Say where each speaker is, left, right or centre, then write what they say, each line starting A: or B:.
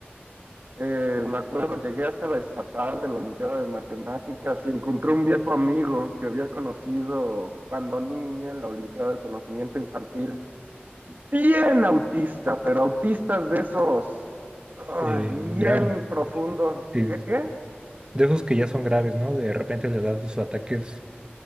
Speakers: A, on the right; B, on the right.
A: Eh, me acuerdo, llegué hasta la estatal de la Olimpiada de Matemáticas y encontré un viejo amigo que había conocido cuando niño en la Olimpiada del Conocimiento Infantil. Bien autista, pero autistas de esos ay,
B: eh,
A: bien
B: grave,
A: profundo.
B: sí,
A: ¿Qué,
B: sí, sí.
A: qué?
B: de esos que ya son graves, ¿no? De repente les dan sus ataques